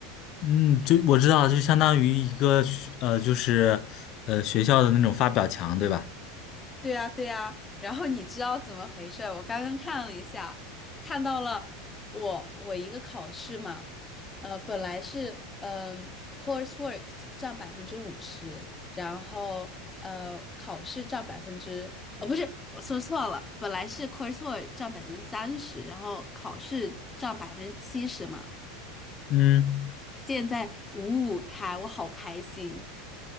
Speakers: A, on the left; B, on the left.
A: 嗯，就我知道了就相当于一个学呃，就是呃学校的那种发表墙，对吧？
B: 对呀，对呀，然后你知道怎么回事？我刚刚看了一下，看到了我我一个考试嘛，呃，本来是嗯、coursework 占百分之五十，然后呃考试占百分之呃不是我说错了，本来是 coursework 占百分之三十，然后考试占百分之七十嘛，
A: 嗯，
B: 现在五五开，我好开心，